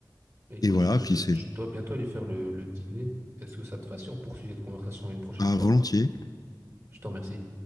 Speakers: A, on the right; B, on the left.
A: Mais écoute,
B: et voilà,
A: je, de-
B: puis c'est
A: je dois bientôt aller faire le, le dîner. Est-ce que ça te va si on poursuit cette conversation une prochaine
B: à
A: fois?
B: volontiers.
A: Je te remercie.